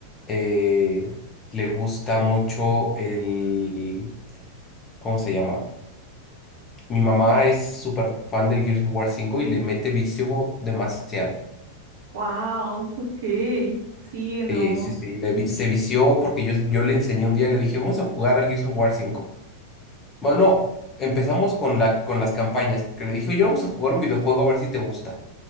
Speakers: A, on the left; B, on the right.
A: eh, le gusta mucho el, ¿cómo se llama? Mi mamá es súper fan del Gears of War 5 y le mete vicio demasiado.
B: Wow, ok, sí, no,
A: Sí, sí, sí, le vi- se vició porque yo, yo le enseñé un día, le dije, vamos a jugar al Gears of War 5. Bueno, no, empezamos con la, con las campañas, porque le dije, oye, vamos a jugar un videojuego a ver si te gusta.